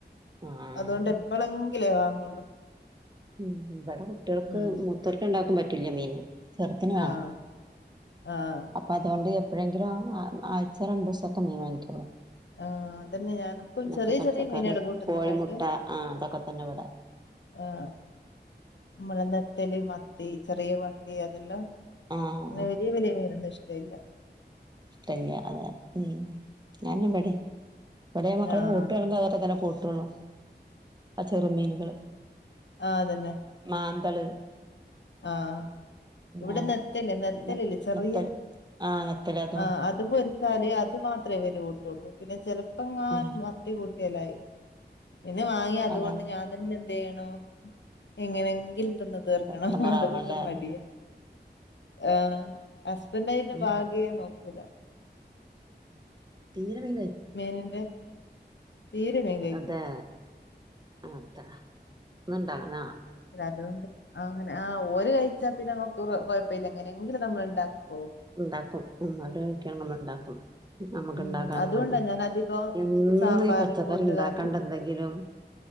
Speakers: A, on the right (about 25°); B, on the left (about 85°).
A: ആഹ്
B: അതുകൊണ്ട് എപ്പളെ ങ്കിലേ വാങ്ങള്ളൂ <unintelligible>
A: ഉം ഇവിടെ കുട്ടികൾക്ക്
B: ഉം
A: മുത്തർക്ക ഉണ്ടാക്കാൻ പറ്റില്ല മീന് ചെറുതന് വേണം
B: ആഹ് ആഹ്
A: അപ്പൊ അതുകൊണ്ട് എപ്പോഴെങ്കും ആഴ്ച രണ്ടു ദിവസമൊക്കെ മീൻ വാങ്ങിക്കോുള്ളൂ
B: ആഹ് അതന്നെ ഞാനക്കും
A: പിന്നൊക്കെ
B: ചെറിയ
A: പച്ചക്കറി
B: ചെറിയ മീനുകള് കൂട്ടുന്നല്ലാണ്ട്
A: കോഴിമുട്ട ആഹ് അതൊക്കെ തന്നെ വിട
B: ആഹ് നമ്മ നെത്തല് മത്തി ചെറിയ മത്തി അതെല്ലാം
A: ആഹ്
B: അങ്ങനെ വലിയ വലിയ മീനന്ന ഇഷ്ടം ഇല്ല
A: കല്യാണം അതെ ഉം ഞാനും പടി ഇവിടെയ മക്കൾ
B: ആഹ്
A: കൂട്ടുയാണെങ്കിൽ അതൊക്കെ തന്നെ കൂട്ടള്ളൂ ആ ചെറുമീനുകള്
B: ആഹ് അതന്നെ
A: മാന്തൾ
B: ആഹ് ഇവിടെ
A: ആ
B: നത്തല് നത്തലല്ലേ
A: ന
B: ചെറിയ
A: നത്തല് ആ നത്തല് അതും
B: ആ അത് പൊരി വച്ചാലേ അത് മാത്രമേ ഇവര് കൂട്ടുള്ളൂ പിന്നെ ചെിലപ്പങ്ങാനും
A: ആ
B: മത്തി കൂട്ടിയലായി പിന്നെ വാങ്ങി അതുകൊണ്ട്
A: അതാണ്
B: ഞാൻ തന്നെ എന്ത് ചെയ്യണോ എങ്ങനെങ്കിലും തന്ന് തീർക്ക ആഹ്
A: എടങ്ങേറാവണല്ലേ
B: അത് കൊണ്ട് മടിയ ആ ഹസ്ബൻഡയ്ന്റെ
A: ഉം
B: ഭാഗേം നോക്കൂല
A: തീരെമയ്
B: വേനിന്റെ <unintelligible>
A: അതെ അതാ ന്ന്ണ്ടാന
B: ല്ലതോണ്ട് അങ്ങനെ ആഹ് ഓര് കഴിച്ചാ പിന്നെ നമക്ക് ക്കെഴപ്പല്ല എങ്ങനെങ്കിലും നമ്മള്ണ്ടാക്കിപ്പോ
A: ഇണ്ടാക്കും ഉം അവര് കഴിക്കാണ നമ്മള്ണ്ടാക്കും. ഞമക്ക്ണ്ടാക്കാനും
B: ഉം അതുകൊണ്ടാ
A: മടി
B: ഞാൻ അധികം
A: എന്നും
B: സാമ്പാറ്
A: ഈ പച്ചക്കറിണ്ടാക്കാണ്ടന്തെങ്കിലും
B: കൂട്ടുകറി